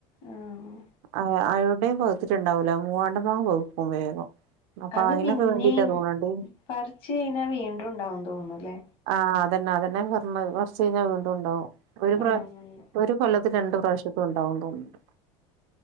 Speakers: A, on the left; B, on the right.
A: ആഹ്
B: ആ അവ്‌ടിം പവ്തിട്ടുണ്ടാവൂല മൂവാണ്ടൻ മാങ്ങാ പവ്ക്കും വേഗം അപ്പ
A: അത്
B: അയ്നൊക്ക
A: പിന്നിം
B: വേണ്ടിട്ടാ തോന്ന്ണ്ട്
A: പറിച്ച് കഴിഞ്ഞാ വീണ്ടുണ്ടാകും തോന്നൂല്ലേ
B: ആഹ് അതന്നെ അതന്നെ പറഞ്ഞത് പറിച്ചഴിഞ്ഞാ വീണ്ടുണ്ടാവും ഒരു പ്രാവ
A: ആഹ്
B: ഒരു കൊല്ലത്ത് രണ്ടു പ്രാവശ്യക്കെ ഉണ്ടാവും തോന്നുന്ന്ണ്ട്.